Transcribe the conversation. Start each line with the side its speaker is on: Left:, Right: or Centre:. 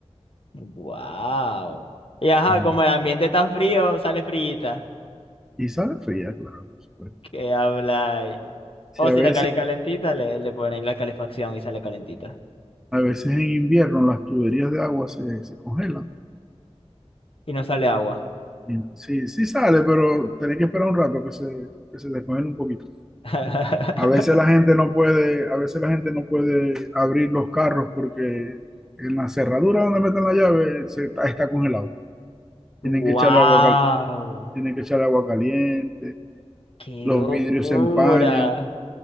Left: Wow. Y ajá,
Centre: Sí.
Left: como el ambiente está frío, sale frita.
Centre: Y sale fría, claro, por supuesto.
Left: ¿Qué habláis?
Centre: Sí,
Left: O
Centre: a
Left: si
Centre: veces,
Left: la calle calentita, le, le ponen la calefacción y sale calentita.
Centre: a veces en invierno las tuberías de agua se, se congelan.
Left: Y no sale agua.
Centre: Y Sí, sí sale, pero tenés que esperar un rato que se, que se descongele un poquito.
Left: <laughs>
Centre: A veces la gente no puede, a veces la gente no puede abrir los carros porque en la cerradura donde meten la llave se, está, está congelado. Tienen
Left: Wow.
Centre: que echarle agua, cal- tienen que echarle agua caliente,
Left: ¡Qué
Centre: los
Left: locura!
Centre: vidrios se empañan.